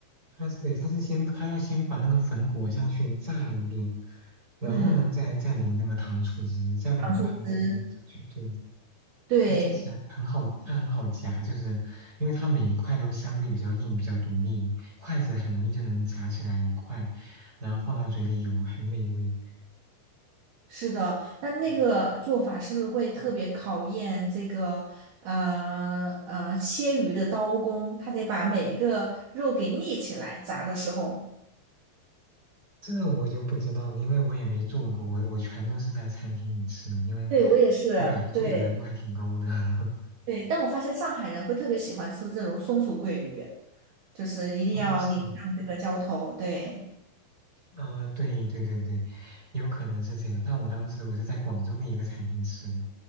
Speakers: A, on the right; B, on the right.
A: 它是对，它是先它要先把那个粉裹上去炸一遍，然后呢再再淋那个糖醋汁，
B: 嗯，
A: 再把那个糖醋汁淋上去。
B: 糖醋汁，
A: 对，
B: 对，
A: 它吃起来很好，它很好夹，就是因为它每一块都相对比较硬，比较独立，筷子很容易就能夹起来一块，然后放到嘴里有很美味。
B: 是的。但那个做法是不是会特别考验这个呃呃切鱼的刀工？
A: 嗯
B: 他得把每一个肉给立起来，炸的时候。
A: 这个我就不知道了，因为我也没做过，我我全都是在餐厅里吃的，因为
B: 对，我也是，
A: 我感觉做的难度还挺高的。
B: 对
A: <laughs>
B: 对。但我发现上海人会特别喜欢吃这种松鼠桂鱼，就是一定要淋上这个浇头，
A: 哦，是吗？
B: 对。
A: 啊、对对对对，有可能是这样。但我当时我是在广州的一个餐厅吃的，